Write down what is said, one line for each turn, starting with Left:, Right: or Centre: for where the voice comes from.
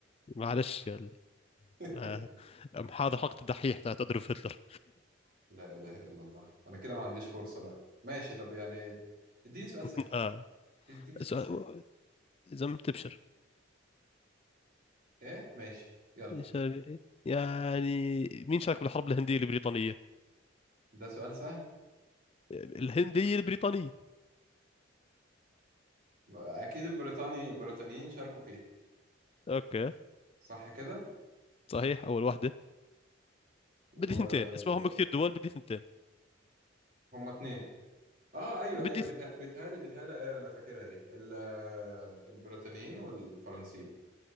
Left: معلش يلا
Right: <laughs>
Left: آه. أم هذا حلقة الدحيح تاعت أدولف هتلر
Right: لا اله الا الله انا كده ما عنديش فرصه بقى ماشي طب يعني اديني سؤال
Left: <laughs>
Right: سهل
Left: آه.
Right: اديني سؤال
Left: إذا
Right: سهل
Left: إذا ما بتبشر
Right: ايه ماشي يلا
Left: شرقي يعني مين شارك بالحرب الهندية البريطانية؟
Right: ده سؤال سهل
Left: الهندية البريطانية
Right: اكيد البريطاني البريطانيين شاركوا فيها
Left: اوكي
Right: صح كده
Left: صحيح اول واحدة
Right: وهم
Left: بدي ثنتين اسمهم كثير دول بدي ثنتين
Right: اتنين اه ايوه
Left: بدي
Right: ايوه بيتها-
Left: ث-
Right: بيتهيألي بيتهيألي ايوه انا فاكرها دي ال- البريطانيين والفرنسيين